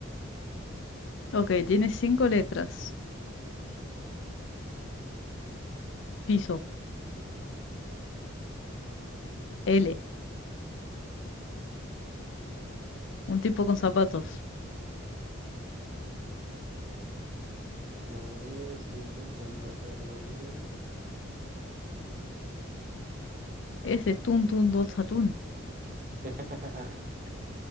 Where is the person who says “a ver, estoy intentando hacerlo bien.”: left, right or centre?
Right